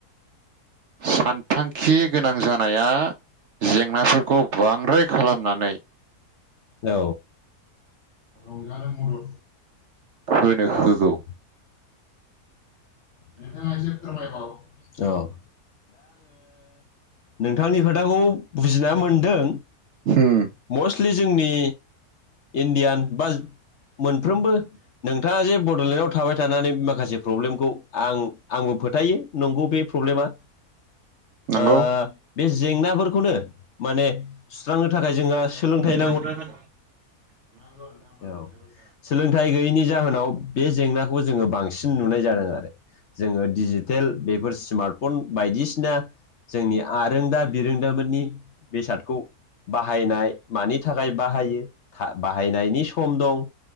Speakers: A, on the right (about 60°); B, on the left (about 55°).
A: सानथांखि गोनां जानाया। जेंनाफोरखौ बांद्राय खालामनानै।
B: औ। रंजानो मदद होनो‌
A: होनो
B: बयबो
A: होगौ
B: नोंथाङा एसे फोरमायबाव नोंथांनि खोथाखौ बुजिना मोनदों
A: होम
B: मस्टलि जोंनि इण्डियान बाज मोनफ्रोमबो नोंथाङा जे बड'लेण्डआव थाबाय थानानै माखासे प्रब्लेमखौ। आं आंबो फोथायो नंगौ बे प्रब्लेमा।
A: नंगौ
B: ओ बे जेंनाफोरखौनो माने सुस्रांनो थाखाय जोंहा सोलोंथाइन
A: नांगौना नाङा?
B: नांगौ नोंथां औ सोलोंथाइ गैयैनि जाहोनाव बे जेंनाखौ जोङो बांसिन नुनाय जादों आरो जोङो डिजिटेल बेफोर स्मार्ट फन बायदिसिना जोंनि आरोंदा बिरोंदामोननि बेसादखौ बाहायनाय मानि थाखाय बाहायो था बाहायनायनि सम दं